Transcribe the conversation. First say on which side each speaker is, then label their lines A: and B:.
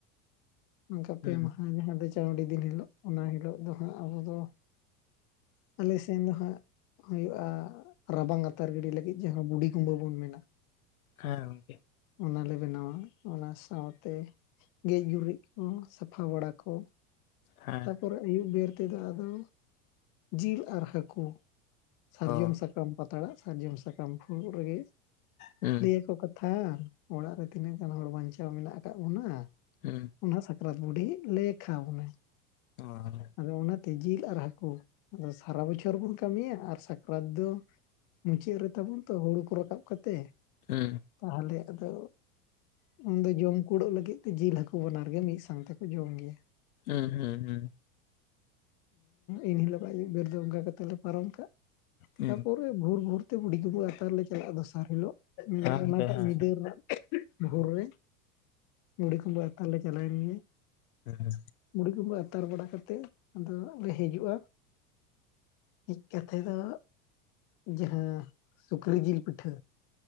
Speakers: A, on the left; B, on the left.
A: ᱚᱱᱠᱟ ᱯᱮ
B: ᱦᱩᱸ
A: ᱢᱟᱦᱟ ᱜᱮ ᱡᱟᱦᱟ ᱫᱚ ᱪᱟᱣᱣᱰᱤ ᱫᱤᱱ ᱦᱤᱞᱳᱜ ᱚᱱᱟ ᱦᱤᱞᱳᱜ ᱫᱚ ᱦᱟᱸᱜ ᱟᱵᱚ ᱫᱚ ᱟᱞᱮ ᱥᱮᱱ ᱫᱚ ᱦᱟᱸᱜ ᱦᱩᱭᱩᱜᱼᱟ ᱨᱟᱵᱟᱝ ᱟᱛᱟᱨ ᱜᱤᱰᱤ ᱞᱟᱹᱜᱤᱫ ᱡᱟᱦᱟᱸ ᱵᱩᱰᱷᱤ ᱠᱩᱢᱵᱟᱹ ᱵᱚᱱ ᱢᱮᱱᱟ,
B: ᱦᱮᱸ ᱜᱚᱝᱠᱮ,
A: ᱚᱱᱟᱞᱮ ᱵᱮᱱᱟᱣᱟ ᱚᱱᱟ ᱥᱟᱶᱛᱮ ᱜᱮᱡᱽ ᱜᱩᱨᱤᱡᱽ, ᱦᱚᱸ ᱥᱟᱯᱷᱟ ᱵᱟᱲᱟ ᱠᱚ
B: ᱦᱮᱸ
A: ᱛᱟᱨᱯᱚᱨᱮ ᱟᱭᱩᱵ ᱵᱮᱨ ᱛᱮᱫᱚ ᱟᱫᱚ ᱡᱤᱞ ᱟᱨ ᱦᱟᱹᱠᱩ ᱥᱟᱨᱡᱚᱢ
B: ᱚ
A: ᱥᱟᱠᱟᱢ ᱯᱟᱛᱲᱟᱜ ᱥᱟᱨᱡᱚᱢ ᱥᱟᱠᱟᱢ ᱯᱷᱩᱲᱩᱜ ᱨᱮᱜᱮ
B: ᱦᱩᱸ
A: ᱞᱟᱹᱭᱟᱠᱚ ᱛᱷᱟᱱ ᱚᱲᱟᱜ ᱨᱮ ᱛᱤᱱᱟᱹᱜ ᱜᱟᱱ ᱦᱚᱲ ᱵᱟᱧᱪᱟᱣ ᱢᱮᱱᱟᱜ ᱟᱠᱟᱫ ᱵᱚᱱᱟ
B: ᱦᱩᱸ
A: ᱚᱱᱟ ᱥᱟᱠᱨᱟᱛ ᱵᱩᱰᱷᱤ ᱞᱟᱹᱭ ᱠᱷᱟᱣ ᱵᱚᱱᱟ ᱾
B: ᱚᱸ
A: ᱟᱫᱚ ᱚᱱᱟᱛᱮ ᱡᱤᱞ ᱟᱨ ᱦᱟᱹᱠᱩ ᱟᱫᱚ ᱥᱟᱨᱟ ᱵᱚᱪᱷᱚᱨ ᱵᱚᱱ ᱠᱟᱹᱢᱤᱭᱟ ᱟᱨ ᱥᱟᱠᱨᱟᱛ ᱫᱚ ᱢᱩᱪᱟᱹᱫ ᱨᱮ ᱛᱟᱵᱚᱱ ᱛᱚ ᱦᱩᱲᱩ ᱠᱚ ᱨᱟᱠᱟᱵ ᱠᱟᱛᱮ
B: ᱦᱮᱸ
A: ᱛᱟᱦᱚᱞᱮ ᱟᱫᱚ ᱩᱱᱫᱚ ᱡᱚᱢ ᱠᱩᱲᱟᱹᱜ ᱞᱟᱹᱜᱤᱫ ᱛᱮ ᱡᱤᱞ ᱦᱟᱹᱠᱩ ᱵᱟᱱᱟᱨ ᱜᱮ ᱢᱤᱫ ᱥᱟᱶ ᱛᱮᱠᱚ ᱡᱚᱢ ᱜᱮᱭᱟ᱾
B: ᱦᱩᱸ ᱦᱩᱸ ᱦᱩᱸ᱾
A: ᱮᱱ ᱦᱤᱞᱳᱜᱟᱜ ᱟᱹᱭᱩᱵ ᱵᱮᱨ ᱫᱚ ᱚᱱᱠᱟ ᱠᱟᱛᱮᱜ ᱞᱮ ᱯᱟᱨᱚᱢ ᱠᱟᱜ
B: ᱦᱮᱸ
A: ᱛᱟᱯᱚᱨ ᱵᱷᱩᱨ ᱵᱷᱩᱨᱛᱮ ᱵᱩᱰᱷᱤᱜᱩ ᱟᱛᱟᱨ ᱞᱮ ᱪᱟᱞᱟᱜᱼᱟ ᱫᱚᱥᱟᱨ ᱦᱤᱞᱳᱜ
B: ᱜᱚᱝᱠᱮ
A: ᱚᱱᱟᱴᱟᱜ
B: ᱦᱮᱸ
A: ᱧᱤᱫᱟᱹ ᱨᱮᱱᱟᱜ ᱵᱷᱳᱨ ᱨᱮ ᱵᱩᱲᱤ ᱠᱩᱢᱵᱟᱹ ᱟᱛᱟᱨ ᱞᱮ ᱪᱟᱞᱟᱣᱮᱱ ᱜᱮ
B: ᱦᱮᱸ ᱦᱮᱸ
A: ᱵᱩᱲᱦᱤ ᱠᱩᱢᱵᱟᱹ ᱟᱛᱟᱨ ᱵᱟᱲᱟ ᱠᱟᱛᱮᱫ ᱟᱫᱚ ᱞᱮ ᱦᱤᱡᱩᱜᱼᱟ᱾ ᱦᱮᱡ ᱠᱟᱛᱮ ᱫᱚ ᱡᱟᱦᱟᱸ ᱥᱩᱠᱨᱤ ᱡᱤᱞ ᱯᱤᱴᱷᱟᱹ